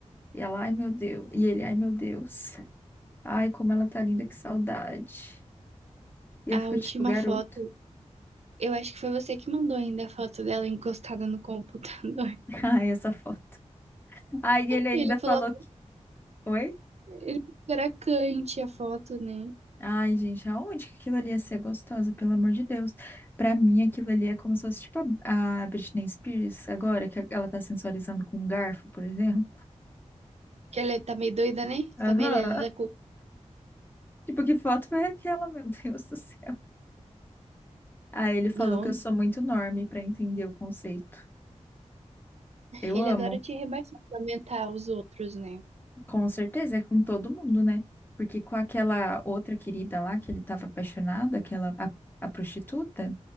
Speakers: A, on the left; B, on the right.
A: E ela, ai meu Deus. E ele, ai meu Deus. Ai, como ela tá linda, que saudade. E
B: A
A: eu fico
B: última
A: tipo, garoto.
B: foto, eu acho que foi você que mandou ainda a foto dela encostada no computador. <laughs>
A: Ai, essa foto. Ai, ele ainda
B: Ele
A: falou
B: falou,
A: que. Oi?
B: ele falou que era cante a foto, né?
A: Ai, gente, aonde que aquilo ali ia ser gostosa, pelo amor de Deus. Pra mim, aquilo ali é como se fosse tipo a, a Britney Spears agora, que ela tá sensualizando com um garfo, por exemplo.
B: Que ela tá meio doida, né?
A: Aham.
B: Também ele é da cu...
A: Tipo, que foto foi aquela, meu <laughs> Deus do céu? Aí ele falou
B: Não,
A: que eu sou muito enorme pra entender o conceito. Eu
B: ele
A: amo,
B: adora te rebaixar, lamentar os outros, né?
A: com certeza, é com todo mundo, né? Porque com aquela outra querida lá que ele tava apaixonado, aquela a a prostituta.